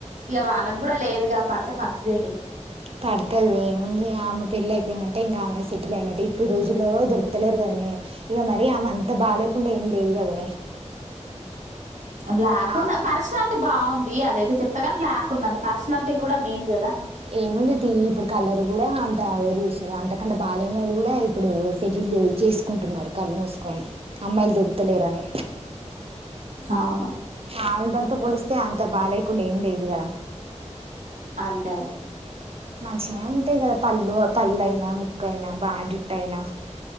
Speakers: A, on the right; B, on the right.
A: ఇక వాళ్ళకి కూడా లేదుగా పడితే మంచిదేలే
B: పడుతుది ఏముంది ఆమె పెళ్లి అయిపోయిందంటే ఇంకా ఆమె సెటిల్ అయినట్టే. ఇప్పుడు రోజుల్లో దొరుకుతలేరు కదనే ఇక మరీ ఆమె అంత బాగాలేకుండా ఏం లేదు కదనే.
A: బ్లాక్
B: ఆ
A: ఉన్నా పర్సనాలిటీ బాగుంది అది అయితే చెప్తాగాని బ్లాక్ ఉంది పర్సనాలిటీ కూడా మెయిన్ కదా
B: ఏముంది తి ఇప్పుడు కళ్ళర్ కూడా అంత ఎవరు చూస్తు అంతకంటే బాలేనోళ్లు కూడా ఇప్పుడు షెడ్యూల్డ్ చేసుకుంటున్నారు కళ్ళు మూసుకొని అమ్మాయిల్ దో క్త లేరని
A: అవును
B: ఆ అందర్ తో పోలుస్తే అంత బా లేకుండా ఏం లేదు కద
A: అంతే అంతే
B: మంచిినే ఉంటాయి కదా పళ్ళు కళ్ళైనా ముకైన బా జుటైనా